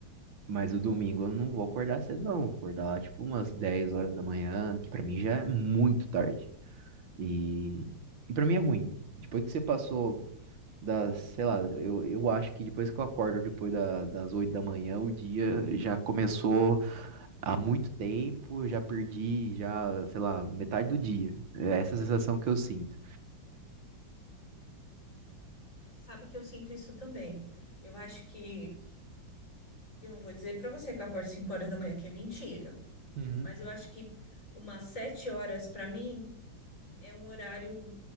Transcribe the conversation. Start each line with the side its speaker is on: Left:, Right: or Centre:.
Right: Mas o domingo eu não vou acordar cedo, não. Vou acordar lá tipo umas 10 horas da manhã, que para mim já é muito tarde. E, e para mim
Left: Sim.
Right: é ruim. Depois que você passou das, sei lá, eu, eu acho que depois que eu acordo depois da- das 8 da manhã, o dia já começou há muito tempo, já perdi, já, sei lá, metade do dia. É essa a sensação que eu sinto.
Left: Mas sabe que eu sinto isso também. Eu acho que, eu não vou dizer para você que eu acordo 5 horas da manhã, que é mentira,
Right: Uhum,
Left: mas eu acho que umas 7 horas para mim é um horário.